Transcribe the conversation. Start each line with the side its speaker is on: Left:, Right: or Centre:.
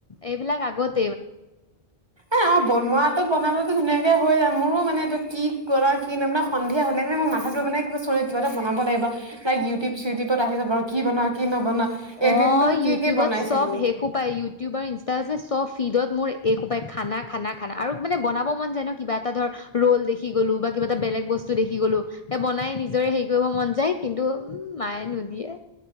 Left: এইবিলাক আগত
Right: এ অ' বনোৱাটো বনাবতো ধুনীয়াকে তে হৈ যায় মোৰো মানে এইটো কি কৰা কি নাই, সন্ধিয়া হ'লে মানে মোৰ মাথাটো মানে কিবা চ কিবা এটা বনাব লাগিব, লাইক ইউটিউব-চিউটিউবত আহি যাব আৰু কি বনাও কি নবনাও! এদিনতো
Left: অ'
Right: কি
Left: ইউটিউবত
Right: কি বনাইছিলো।
Left: চব শেষো পায়, ইউটিউব আৰু ইনষ্টাত যে চব ফিডত মোৰ এইসোপা খানা, খানা, খানা আৰু মানে বনাব মন যায় ন কিবা এটা ধৰ, ৰল দেখি গ'লো বা কিবা এটা বেলেগ বস্তু দেখি গ'লো ।এয়া বনাই নিজৰে হেৰি কৰিব মন যায় কিন্তু উ মায়ে নুদিয়ে